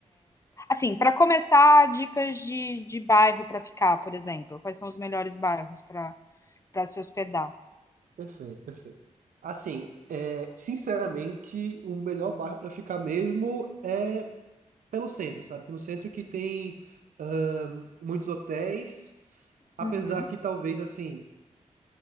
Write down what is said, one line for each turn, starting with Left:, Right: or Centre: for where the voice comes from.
Left: Assim, pra começar, dicas de, de bairro pra ficar, por exemplo. Quais são os melhores bairros pra para se hospedar?
Right: Perfeito, perfeito. Assim, é, sinceramente, o melhor bairro pra ficar mesmo é pelo centro, sabe? Porque No centro que tem ahn, muitos hotéis, apesar
Left: Uhum.
Right: que talvez, assim,